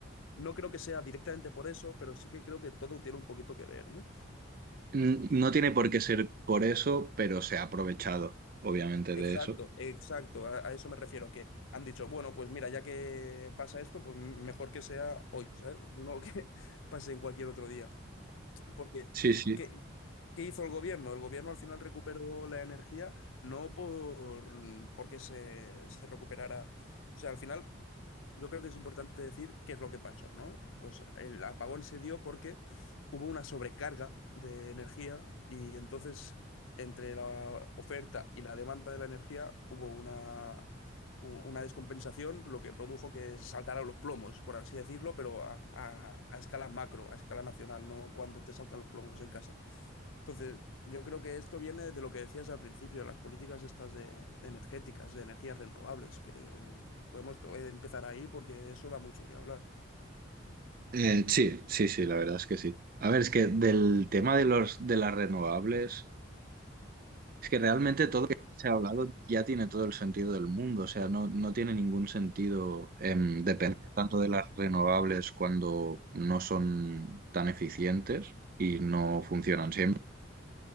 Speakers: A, on the left; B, on the right.
A: No creo que sea directamente por eso, pero sí que creo que todo tiene un poquito que ver, ¿eh?
B: N- No tiene por qué ser por eso, pero se ha aprovechado, obviamente, de
A: Exacto,
B: eso.
A: exacto, a, a eso me refiero, que han dicho, bueno, pues mira, ya que pasa esto, pues mejor que sea hoy, ¿sabes? No que <laughs> pase en cualquier otro día, porque...
B: Sí, sí.
A: Que, ¿Qué hizo el gobierno? El gobierno al final recuperó la energía, no por mm, porque se, se recuperara. O sea, al final yo creo que es importante decir qué es lo que pasó, ¿no? Pues el apagón se dio porque hubo una sobrecarga de energía y entonces entre la oferta y la demanda de la energía hubo una, u- una descompensación, lo que produjo que se saltaran los plomos, por así decirlo, pero a, a a escala macro, a escala nacional, no cuando te saltan los plomos en casa. Entonces, yo creo que esto viene de lo que decías al principio, las políticas estas de, de energéticas, de energías renovables, que podemos to- eh, empezar ahí porque eso da mucho que hablar.
B: Eh, sí, sí, sí, la verdad es que sí. A ver, es que del
A: ¿Tú qué-
B: tema de los de las renovables. Es que realmente todo lo que se ha hablado ya tiene todo el sentido del mundo, o sea, no, no tiene ningún sentido em, depender tanto de las renovables cuando no son tan eficientes y no funcionan siempre.